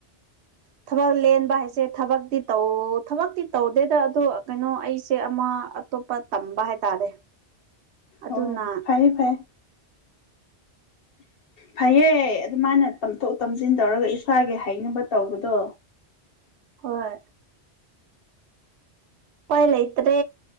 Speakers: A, on the right; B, on the left.
A: ꯊꯕꯛ ꯂꯦꯟꯕ ꯍꯥꯏꯁꯦ ꯊꯕꯛꯇꯤ ꯇꯧ ꯊꯕꯛꯇꯤ ꯇꯧꯗꯦꯗ ꯑꯗꯣ ꯀꯩꯅꯣ ꯑꯩꯁꯦ ꯑꯃ ꯑꯇꯣꯞꯄ ꯇꯝꯕ ꯍꯥꯏꯇꯥꯔꯦ ꯑꯗꯨꯅ
B: ꯑꯣ ꯐꯩ ꯐꯩ ꯐꯩꯌꯦ ꯑꯗꯨꯃꯥꯏꯅ ꯇꯝꯊꯣꯛ ꯇꯝꯁꯤꯟ ꯇꯧꯔꯒ ꯏꯁꯥꯒꯤ ꯍꯩꯅꯕ ꯇꯧꯕꯗꯣ
A: ꯍꯣꯏ ꯎꯄꯥꯏ ꯂꯩꯇ꯭ꯔꯦ